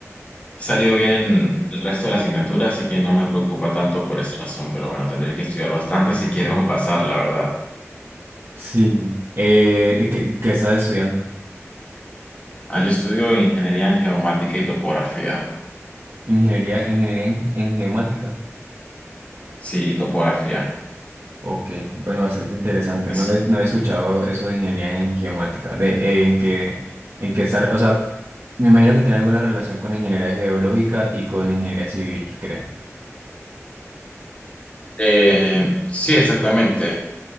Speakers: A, on the left; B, on the right.
A: He salido bien en el resto de la asignatura, así que no me preocupa tanto por esa razón, pero bueno, tendré que estudiar bastante si quiero <laughs> pasar, la verdad.
B: Sí. Eh, ¿qué, qué estás estudiando?
A: Ah, yo estudio ingeniería en geomática y topografía.
B: Ingeniería, ingeniería en, en geomática.
A: Sí, y topografía.
B: Ok, bueno, bastante interesante.
A: Es,
B: No he, no he escuchado eso de ingeniería en geomática. De, eh, en qué, en qué estar, o sea, me imagino que tiene alguna relación con ingeniería geológica y con ingeniería civil, creo.
A: eh, sí, exactamente.